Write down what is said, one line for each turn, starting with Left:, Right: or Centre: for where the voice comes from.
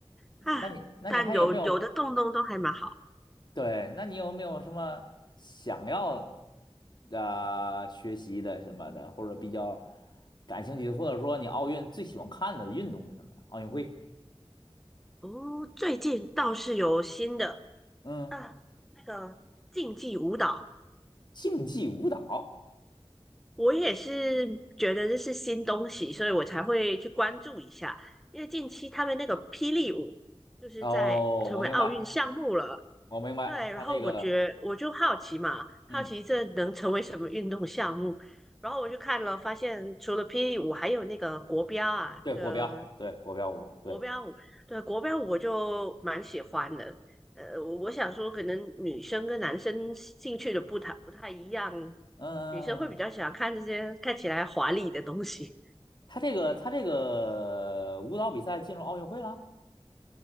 Left: 那你那你还有没有
Centre: 啊，但有有的洞洞都还蛮好
Left: 对，那你有没有什么想要呃学习的什么的，或者比较感兴趣的，或者说你奥运最喜欢看的运动是什么呢？奥运会，
Centre: 哦。最近倒是有新的
Left: 嗯，
Centre: 啊，那个竞技舞蹈，
Left: 竞技舞蹈。
Centre: 我也是觉得这是新东西，所以我才会去关注一下。因为近期他们那个霹雳舞就是在成为奥运项目了，
Left: 哦，我明白，我明白，
Centre: 对，
Left: 他那个，
Centre: 然后我觉得我就好奇嘛，
Left: 嗯，
Centre: 好奇这能成为什么运动项目？然后我就看了，发现除了霹雳舞，还有那个国标啊，
Left: 对，
Centre: 那个
Left: 国标，对，国标舞，对，
Centre: 钢舞对国标舞我就蛮喜欢的。呃，我我想说，可能女生跟男生兴趣的不太不太一样，
Left: 嗯，
Centre: 女生会比较喜欢看这些看起来华丽的东西。
Left: 他这个他这个舞蹈比赛进入奥运会了。